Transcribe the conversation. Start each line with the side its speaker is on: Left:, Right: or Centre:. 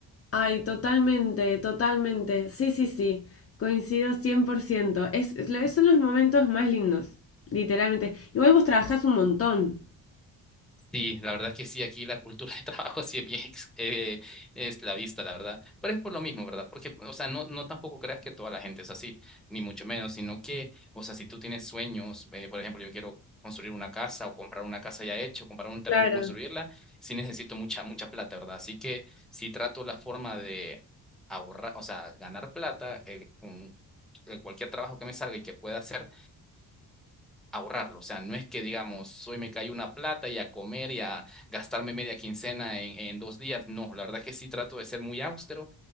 Left: Ay, totalmente, totalmente. Sí, sí, sí. Coincido 100%. Es, es- son los momentos más lindos, literalmente. Igual vos trabajás un montón.
Centre: Sí, la verdad que sí, aquí la cultura de <laughs> trabajo sí es bien ex- eh, esclavista, la verdad. Pero es por lo mismo, ¿verdad? Porque, o sea, no, no tampoco creas que toda la gente es así, ni mucho menos, sino que, o sea, si tú tienes sueños, eh, por ejemplo, yo quiero construir una casa o comprar una casa ya hecha, o comprar un terreno
Left: Claro.
Centre: y construirla, sí necesito mucha, mucha plata, ¿verdad? Así que sí trato la forma de ahorrar, o sea, ganar plata eh, con eh, cualquier trabajo que me salga y que pueda hacer ahorrarlo. O sea, no es que digamos, hoy me cayó una plata y a comer y a gastarme media quincena en, en dos días. No, la verdad que sí trato de ser muy austero